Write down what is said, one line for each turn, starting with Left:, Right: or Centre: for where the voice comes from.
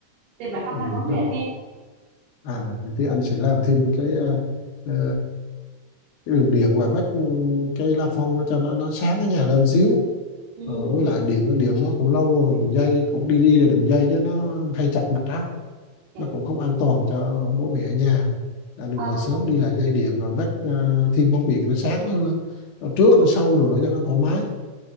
Right: Tiền bạc không
Left: Ừ,
Right: thành vấn đề
Left: đất.
Right: anh nghe.
Left: À, vậy thì anh sẽ làm thêm cái, ờ, ờ, cái đường điện và bắt cái la phong cho nó nó sáng cái nhà lên xíu.
Right: Ừ,
Left: Ờ, với lại điện điện nó cũng lâu rồi, đường dây cũng đi đi là đường dây chứ nó hay chặt mặt á,
Right: dạ.
Left: nó cũng không an toàn cho bố mẹ ở nhà. Anh
Right: Ờ,
Left: đừng vào sớm đi lại dây điện rồi bắt ờ, thêm bóng điện cho nó sáng hơn, Ờ, trước rồi sau rồi nữa cho nó thoải mái.